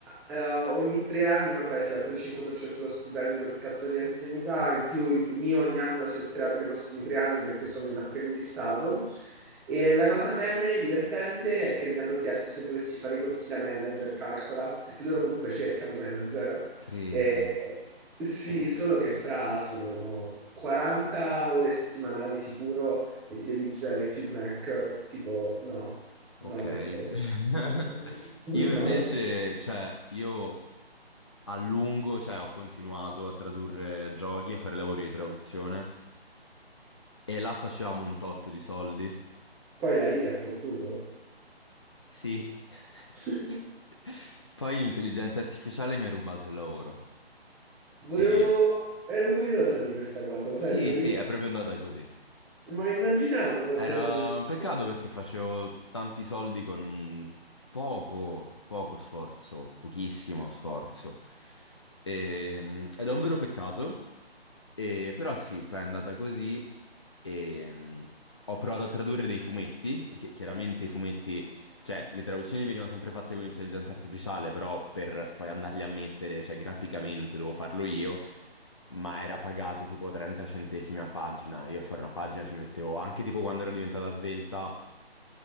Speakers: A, in the centre; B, on the left (about 25°).
A: eh, ogni tre anni, vabbè, si alza di 5% lo stipendio per scatto di anzianità, in più il mio ogni anno si alzerà per i prossimi tre anni perché sono in apprendistato. E la cosa meme divertente è che mi hanno chiesto se volessi fare i corsi da manager, calcola, perché loro comunque cercano manager.
B: crazy.
A: E sì, solo che fra sono 40 ore settimanali sicuro e ti devi girare più Mac, tipo no.
B: Ok.
A: No,
B: <laughs>
A: per favore, no. <laughs> No.
B: Io invece, cioè, io a lungo, cioè, ho continuato a tradurre giochi, a fare lavori di traduzione e là facevamo un tot di soldi.
A: Poi la I ti ha fottuto?
B: Sì.
A: <laughs>
B: <laughs> Poi l'intelligenza artificiale mi ha rubato il lavoro.
A: Volevo...
B: E
A: Ero curiosa di questa cosa, lo
B: sì,
A: sai, me lo
B: sì,
A: dimenticavo.
B: è proprio andata così.
A: Ma immaginavo qualcosa
B: Era
A: del
B: un peccato
A: genere.
B: perché facevo tanti soldi con poco, poco sforzo, pochissimo sforzo. E, ed è un vero peccato. E- però sì, poi è andata così e mh, ho provato a tradurre dei fumetti, perché chiaramente i fumetti, cioè le traduzioni venivano sempre fatte con l'intelligenza artificiale, però per poi andarli a mettere, cioè graficamente dovevo farlo io, ma era pagato tipo 30 centesimi a pagina, io a fare una pagina ci mettevo anche tipo quando ero diventata svelta